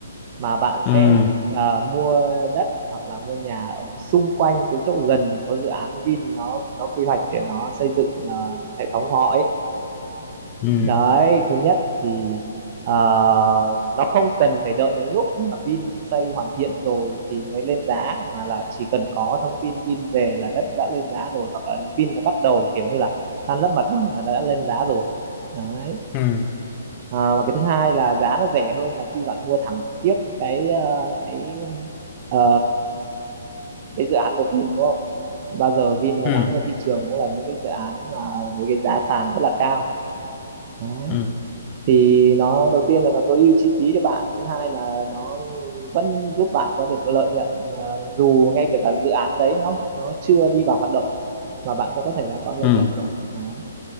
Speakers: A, on the right (about 40°); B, on the left (about 30°).
A: mà bạn
B: ừ
A: sẽ ờ, mua đất hoặc là mua nhà ở xung quanh cái chỗ gần có dự án Vin nó nó quy hoạch để nó xây dựng ờ, hệ thống của họ ấy
B: ừ
A: đấy thứ nhất thì à, nó không cần phải đợi đến lúc mà Vin xây hoàn thiện rồi thì mới lên giá mà là chỉ cần có thông tin Vin về là đất đã lên giá rồi hoặc là Vin đã bắt đầu kiểu như là san lấp mặt bằng là đã lên giá rồi đấy
B: ừ
A: à, và cái thứ hai là giá nó rẻ hơn là khi bạn mua thẳng trực tiếp những cái ờ, cái ờ, cái dự án của Vin đúng không bao giờ Vin nó
B: ừ
A: bán ra thị trường cũng là những cái dự án mà với cái giá sàn rất là cao đấy
B: ừ
A: thì nó đầu tiên là nó tối ưu chi phí cho bạn thứ hai là nó vẫn giúp bạn có được lợi nhuận ờ, dù ngay kể cả dự án đấy nó nó chưa đi vào hoạt động mà bạn cũng có thể là có lợi
B: ừ
A: nhuận rồi đấy.